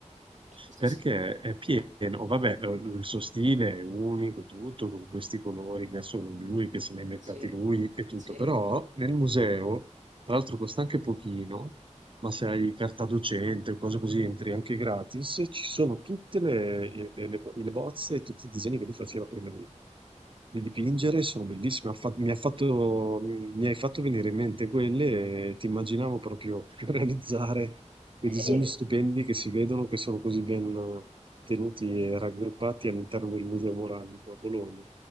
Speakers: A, on the right; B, on the right.
A: Sì,
B: Perché
A: sì,
B: è pieno, vabbè, uhm, il suo stile è unico, tutto, con questi colori che ha solo lui, che se li ha inventati
A: sì.
B: lui e tutto,
A: sì.
B: però nel museo, tra l'altro costa anche pochino, ma se hai carta docente o cose così entri anche gratis, ci sono tutte le, eh, le- le- le bozze e tutti i disegni che lui faceva prima di, di dipingere, sono bellissime, ha fa- mi ha fatto- mi hai fatto venire in mente quelle e ti immaginavo proprio <laughs> realizzare quei disegni
A: E-
B: stupendi che si vedono, che sono così ben tenuti e raggruppati all'interno del Museo Moralico a Bologna.